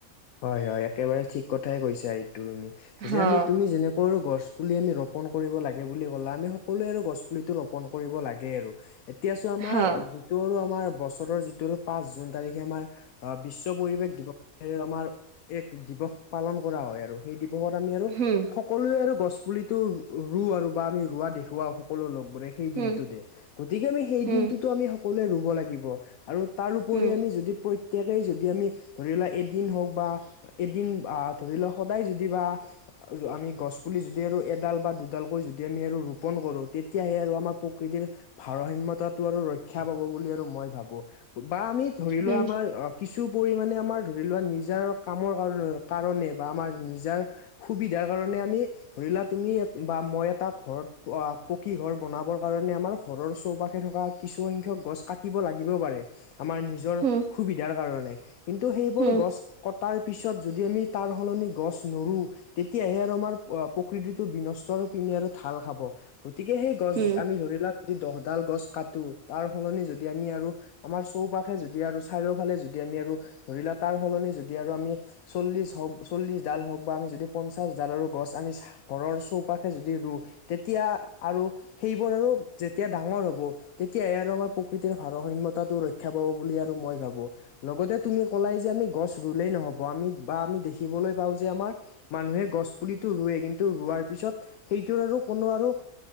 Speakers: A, on the left (about 80°); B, on the right (about 70°).
A: হয় হয় একেবাৰে ঠিক কথাই কৈছা এইটো তুমি
B: হা
A: যে আমি তুমি যেনেক সকলোৱে গছ পুলি আমি ৰোপণ কৰিব লাগে বুলি কলা আমি সকলোৱে আৰু গছ পুলিটো ৰোপণ কৰিব লাগে আৰু এতিয়া চোৱা আমাৰ
B: হা
A: যি যিটো আৰু আমাৰ বছৰৰ যিটো পাঁচ জুন তাৰিখে আমাৰ বিশ্ব পৰিৱেশ দিৱস আমাৰ এক দিৱস পালন কৰা হয় আৰু সেই দিৱসত আমি আৰু সক
B: হুম
A: সকলোৱে আৰু গছ পুলিতটো ৰুওঁ আৰু বা আমি ৰুৱা দেখুৱাওঁ সকলো লগবোৰে সেই
B: হুম
A: দিনটোতে গতিকে আমি সেই
B: হুম
A: দিনটোতো আমি সকলোৱে ৰুব লাগিব আৰু তাৰ ওপৰি
B: হুম
A: আমি যদি প্ৰত্যেকেই যদি আমি ধৰি লোৱা এদিন হওঁক বা এদিন আহ ধৰি লোৱা সদায় যদি বা আমি গছ পুলি যদি আৰু এডাল বা দুডালকৈ যদি আমি আৰু ৰোপন কৰো তেতিয়াহে আৰু আমাৰ প্ৰকৃতিৰ ভাৰসাম্যতাটো আৰু ৰক্ষা পাব বুলি আৰু মই ভাবো বা আমি ধৰি
B: হুম
A: লোৱা আমাৰ অ কিছু পৰিমানে আমাৰ ধৰি লোৱা নিজ নিজাৰ কামৰ কাৰণে কাৰণে বা আমাৰ নিজাৰ সুবিধাৰ কাৰণে আমি ধৰি লোৱা তুমি বা মই এটা ঘৰত‌ অ পকী ঘৰ বনাবৰ কাৰণে আমাৰ ঘৰৰ চৌপাশে থকা কিছুসখ্যক গছ কাটিব লাগিব পাৰে আমাৰ নিজ নিজৰ
B: হুম
A: সুবিধাৰ কাৰণে কিন্তু সেইবোৰ
B: হুম
A: গছ কটাৰ পিছত যদি আমি তাৰ সলনি গছ নোৰো তেতিয়াহে আৰু আমাৰ প্ৰকৃতিটো বিনষ্ট পিনে আৰু ঢাল খাব গতিকে সেই গছ
B: হুম
A: আমি ধৰি লোৱা যদি দহডাল গছ কাটো তাৰ সলনি যদি আমি আৰু আমাৰ চৌপাশে যদি আৰু চাৰিওফালে যদি আমি আৰু ধৰিলা তাৰ সলনি যদি আৰু আমি চল্লিশ হওক চল্লিশ ডাল হওঁক বা আমি যদি পঞ্চাশ ডালৰো গছ আমি ঘৰৰ চৌপাশে যদি ৰুও তেতিয়া আৰু সেইবোৰ আৰু যেতিয়া ডাঙৰ হব তেতিয়াই আৰু আমাৰ প্ৰকৃতিৰ ভাৰসাম্যতাটো ৰক্ষা পাব বুলি আৰু মই ভাবো লগতে তুমি কলাই যে আমি গছ ৰুলেই নহ'ব, আমি বা আমি দেখিবলৈ পাওঁ যে আমাৰ মানুহে গছ পুলিতো ৰুৱে কিন্তু ৰোৱাৰ পিছত সেইটোৰ আৰু কোনো আৰু